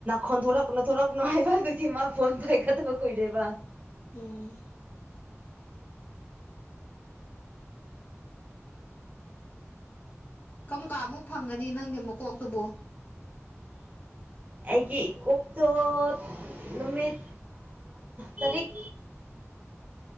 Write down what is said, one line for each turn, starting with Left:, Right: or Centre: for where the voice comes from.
Right: ꯈꯣꯟꯊꯣꯔꯛꯅꯣ ꯊꯣꯔꯛꯅꯣ ꯍꯥꯏꯕ ꯑꯗꯨꯒꯤ ꯃꯥ ꯐꯣꯟ ꯄꯥꯏꯈꯠꯗꯕ ꯀꯨꯏꯔꯦꯕ
Left: ꯎꯝ ꯀꯔꯝ ꯀꯥꯟꯗ ꯃꯨꯛ ꯐꯪꯒꯅꯤ ꯅꯪꯒꯤ ꯃꯀꯣꯛꯇꯨꯕꯨ
Right: ꯑꯩꯒꯤ ꯣꯀꯣꯛꯇꯣ ꯑꯥ ꯅꯨꯃꯤꯠ ꯇꯔꯤꯛ